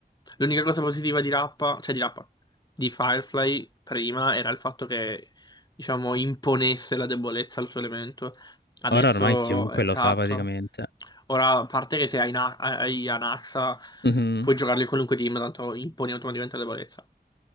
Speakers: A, on the left; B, on the left.
A: L'unica cosa positiva di Rappa, cioè di Rappa, di Firefly prima era il fatto che, diciamo, imponesse la debolezza al suo elemento. Adesso,
B: Ora ormai chiunque
A: esatto.
B: lo fa praticamente.
A: Ora, a parte che se hai, Na- hai Anaxa,
B: Mhm,
A: puoi giocarli in qualunque team, tanto imponi automaticamente la debolezza.